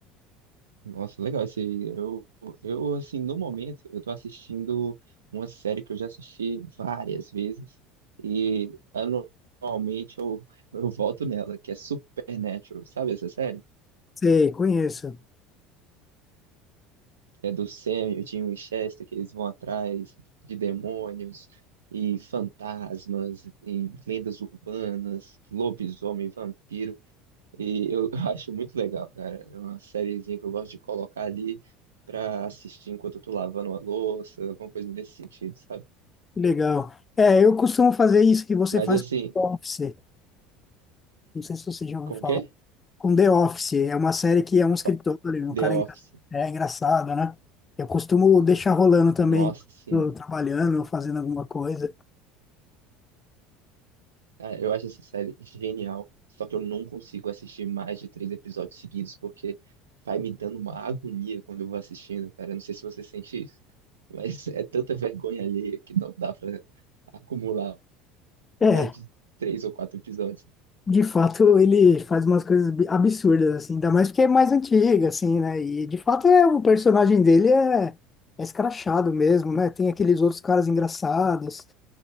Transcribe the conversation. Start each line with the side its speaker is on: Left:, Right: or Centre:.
Right: Nossa, legal. Esse, eu, eu, assim, no momento, eu tô assistindo uma série que eu já assisti várias vezes e anualmente eu, eu volto nela, que é Supernatural. Sabe essa série?
Left: Sei, conheço.
Right: é do Sam e o Dean Winchester, que eles vão atrás de demônios e fantasmas e lendas urbanas, lobisomem, vampiro. E eu <laughs> acho muito legal, cara. É uma sériezinha que eu gosto de colocar ali pra assistir enquanto eu tô lavando uma louça, alguma coisa desse sentido, sabe?
Left: Que Legal. É, eu costumo fazer isso que você
Right: Mas
Left: faz
Right: assim,
Left: com The Office. Não sei se você já ouviu
Right: com
Left: falar.
Right: o quê?
Left: Com The Office. É uma série que é um escritório,
Right: Qual- The
Left: o cara
Right: Office.
Left: é, engra- é engraçado, né? Eu costumo deixar rolando também,
Right: Nossa, sim,
Left: quando eu tô trabalhando, ou fazendo alguma coisa.
Right: Cara, eu acho essa série genial, só que eu não consigo assistir mais de três episódios seguidos, porque vai me dando uma agonia quando eu vou assistindo, cara. Eu não sei se você sente isso, mas <laughs> é tanta vergonha alheia que não dá pra acumular
Left: É,
Right: mais de três ou quatro episódios.
Left: De fato, ele faz umas coisas bi- absurdas, assim, ainda mais porque é mais antiga, assim, né? E de fato é o personagem dele é, é escrachado mesmo, né? Tem aqueles outros caras engraçados.